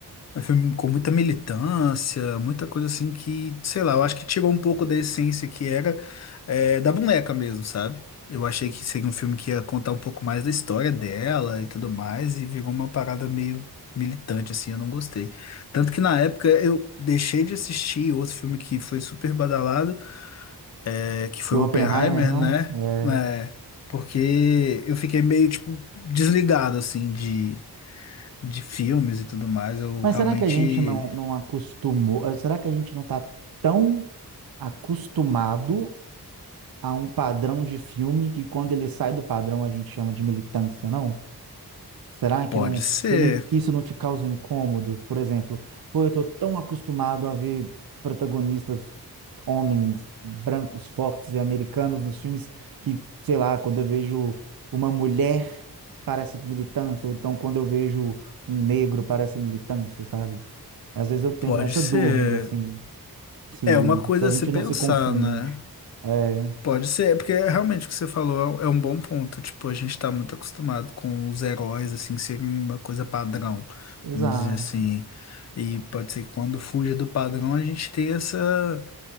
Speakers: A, on the left (about 45°); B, on the right (about 60°).
A: É um filme com muita militância, muita coisa assim que, sei lá, eu acho que tirou um pouco da essência que era é, da boneca mesmo, sabe? Eu achei que seria um filme que ia contar um pouco mais da história dela e tudo mais, e virou uma parada meio militante, assim, eu não gostei. Tanto que na época eu deixei de assistir outro filme que foi super badalado, é, que foi
B: Foi
A: o
B: Oppenheimer,
A: Oppenheimer,
B: não?
A: né?
B: É.
A: É, porque eu fiquei meio, tipo, desligado, assim, de, de filmes e tudo mais. Eu
B: Mas
A: realmente.
B: será que a gente não, não acostumou? eh, Será que a gente não tá tão acostumado a um padrão de filme que quando ele sai do padrão a gente chama de militância, não? Será que
A: Pode
B: não
A: ser,
B: ele isso não te causa um incômodo? Por exemplo, pô, eu tô tão acostumado a ver protagonistas homens brancos, fortes e americanos nos filmes que, sei lá, quando eu vejo uma mulher parece militância, ou então quando eu vejo um negro parece militância, sabe? Às vezes eu tenho
A: pode
B: essa
A: ser.
B: dúvida assim, se
A: É uma coisa
B: se a
A: a
B: gente
A: se pensar,
B: não se confunde.
A: né?
B: É,
A: Pode ser, é porque realmente o que você falou é um, é um bom ponto. Tipo, a gente tá muito acostumado com os heróis, assim, serem uma coisa padrão,
B: exato.
A: vamos dizer assim. E pode ser que quando fuja do padrão, a gente tenha essa,